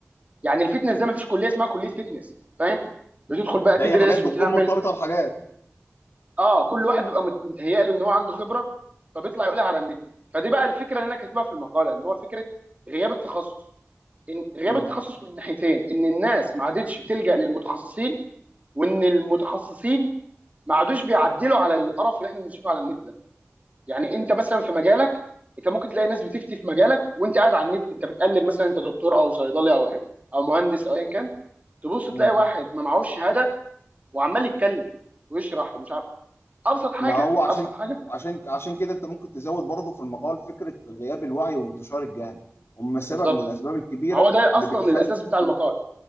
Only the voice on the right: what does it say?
يعني الفتنس ده ما فيش كليه اسمها كليه فتنس فاهم بتدخل بقى
تدرس
وتعمل
اه كل واحد بيبقى مت- متهيأ له ان هو عنده خبره فبيطلع يقولها على النت فدي بقى الفكره اللي انا كاتبها في المقاله ان هو فكره غياب التخصص إن غياب
التخصص من ناحيتين ان الناس ما عادتش بتلجأ للمتخصصين وان المتخصصين ما عادوش بيعدلوا على القرف اللي احنا بنشوفه على النت ده يعني انت مثلا في مجالك انت ممكن تلاقي ناس بتفتي في مجالك وانت قاعد على النت انت بتقلب مثلا انت دكتور او صيدلي او ايه او مهندس او ايا كان تبص تلاقي
واحد ما معهوش شهاده وعمال يتكلم ويشرح ومش عارف ابسط حاجه
ابسط حاجه
بالظبط
ما هو ده
اصلا
الاساس بتاع المقال